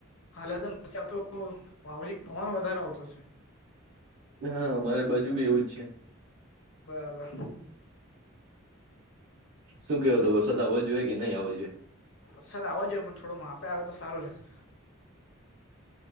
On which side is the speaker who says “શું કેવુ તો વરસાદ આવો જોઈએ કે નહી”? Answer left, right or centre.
Right